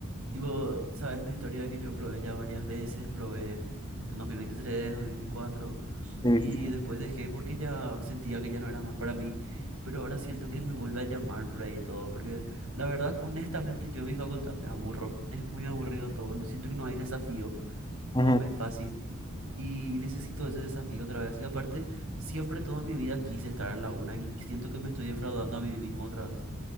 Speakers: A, on the right (about 70°); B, on the left (about 20°).
A: tipo, sabes mi historia de que yo probé ya varias veces, probé en 2023, 2024
B: Sí,
A: y
B: sí, sí.
A: después dejé porque ya sentía que ya no era más para mí. Pero ahora siento que me vuelve a llamar por ahí todo, porque la verdad, honestamente, yo en mi facultad me aburro. Es muy aburrido todo. Siento que no hay desafío.
B: Ujú.
A: todo me es fácil y necesito ese desafío otra vez. Y aparte, siempre toda mi vida quise estar en la una y siento que me estoy defraudando a mí mismo otra vez.